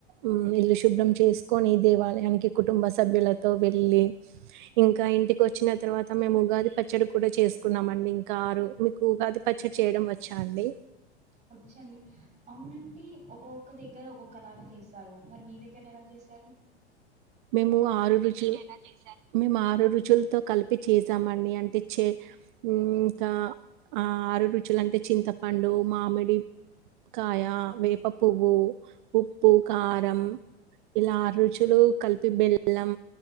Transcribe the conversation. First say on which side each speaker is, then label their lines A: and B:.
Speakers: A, on the right; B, on the right.
A: మ్ ఇల్లు శుభ్రం చేస్కొని దేవాలయానికి కుటుంబ సభ్యులతో వెళ్ళి, ఇంకా ఇంటికొచ్చిన తర్వా త మేము ఉగాది పచ్చడి కూడా చేసుకున్నామండి ఇంకా ఆరు మీకు ఉగాది పచ్చడి చేయడం వచ్చా అండి.
B: వచ్చండి అవునండి ఒక్కొక్క దగ్గర ఒక్కొక్కలాగ చేస్సారు. మరి మీ దగ్గర ఎలా చేస్ తరు
A: మేము ఆరు రుచుల్ని, మేము ఆరు రుచుల్ తొ కలిపి చేసామండి అంటేచ్చె హుం కా ఆరు రుచులంటే చింతపండు, మామిడి కాయ, వేప పువ్వు, ఉప్పు, కారం ఇల్లారుచులు కల్ పి బెల్లం